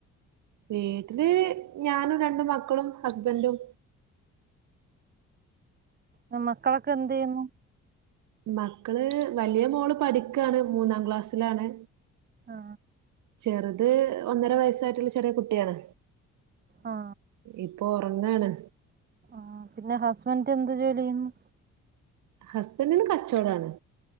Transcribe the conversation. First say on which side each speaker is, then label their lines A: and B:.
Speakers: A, on the right; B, on the right.
A: വീട്ടില് ഞാനും രണ്ടു മക്കളും ഹസ്ബൻ്റും.
B: ആഹ് മക്കളൊക്കെ എന്ത് ചെയ്യുന്നു?
A: മക്കള് വലിയ മോള് പഠിക്കാണ് മൂന്നാം ക്ലാസ്സിലാണ്.
B: ആ
A: ചെറ്ത് അത് ഒന്നര വയസ്സായിട്ടുള്ള ചെറിയ കുട്ടിയാണ്
B: ആ
A: ഇപ്പൊ ഒറങ്ങാണ്
B: ആ പിന്നെ ഹസ്ബൻഡ് എന്ത് ജോലി ചെയ്യുന്നു
A: ഹസ്ബൻഡന് കച്ചവടമാണ്